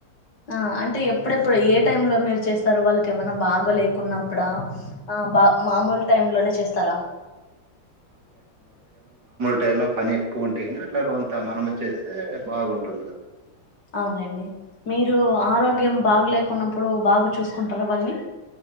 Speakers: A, on the left; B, on the right.
A: ఆ అంటే ఎప్పుడెప్పుడు ఏ టైమ్ లో మీరు చేస్తారు వాళ్ళకి ఏమైనా బాగో లేకున్నప్పుడా ఆ బా మామూలు టైమ్ లోనే చేస్తారా
B: టై లో పని ఎక్కువ ఉంటే క అట్లా కొంత మనము చేస్తే బాగుంటుంది క
A: అవునండి మీరు ఆరోగ్యం బాగలేకున్నప్పుడు బాగా చూసుకుంటారా వాళ్ళని